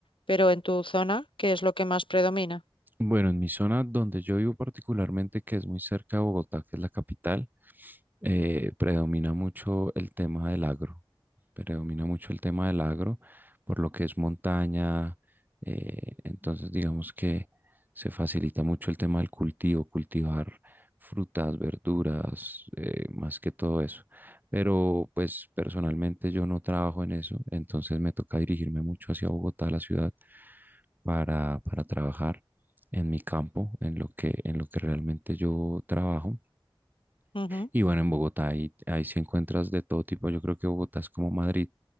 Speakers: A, on the left; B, on the right.
A: pero en tu zona, ¿qué es lo que más predomina?
B: Bueno, en mi zona donde yo vivo particularmente, que es muy cerca de Bogotá, que es la capital, eh, predomina mucho el tema del agro. Predomina mucho el tema del agro, por lo que es montaña. eh, entonces, digamos que se facilita mucho el tema del cultivo, cultivar frutas, verduras, eh, más que todo eso. Pero pues personalmente yo no trabajo en eso, entonces me toca dirigirme mucho hacia Bogotá, la ciudad, para, para trabajar en mi campo, en lo que, en lo que realmente yo trabajo.
A: Ujú.
B: Y bueno, en Bogotá ahí, ahí sí encuentras de todo tipo. Yo creo que Bogotá es como Madrid,